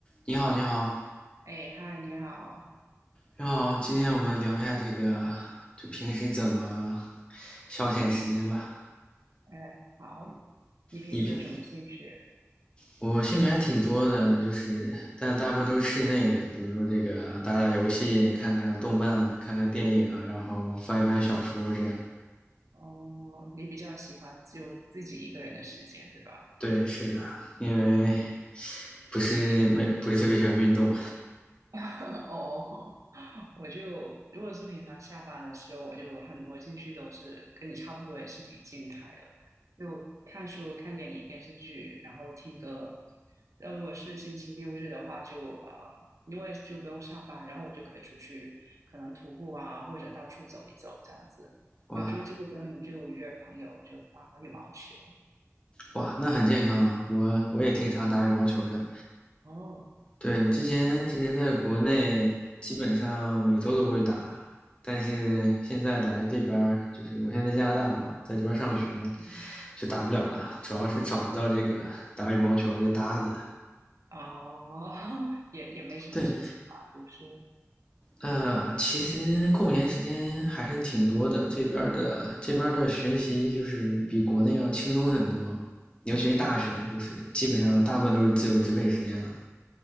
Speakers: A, on the left; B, on the right.
A: 你好，你好，
B: 哎，嗨，你好，
A: 你好，今天我们聊一下这个，就平时怎么消遣时间吧。
B: 哎，好，你平时有什么兴趣？
A: 你比我兴趣还挺多的，就是但大部分都是室内的，比如说这个打打游戏、看看动漫、看看电影，然后翻一翻小说这样。
B: 哦，你比较喜欢就自己一个人的时间，对吧？
A: 对，是的，因为
B: 啊。
A: 不是没不是特别喜欢运动。
B: <laughs> 哦，我就如果是平常下班的时候，我就很多兴趣都是跟你差不多，也是挺静态的，就看书、看电影、电视剧，然后听歌。那如果是星期六日的话就，呃，因为就不用上班，然后我就可以出去，可能徒步啊，或者到处走一走这样子。
A: 哇
B: 有时候就会跟就约朋友就打羽毛球。
A: 哇，那很健康了。我我也挺常打羽毛球的，
B: <laughs> 哦，
A: 对，之前之前在国内基本上每周都会打，但是现在来这边儿就是我现在在加拿大嘛，在这边上学
B: 嗯
A: 就打不了了，主要是找不到这个打羽毛球的搭子。
B: 哦，<laughs> 也也没什么时间吧，
A: 对，
B: 读书。
A: 呃，其实空闲时间还是挺多的，这边儿的这边儿的学习就是比国内要轻松很多，
B: 啊，
A: 尤其是大学，
B: 嗯。
A: 就是基本上大部分都是自由支配时间了。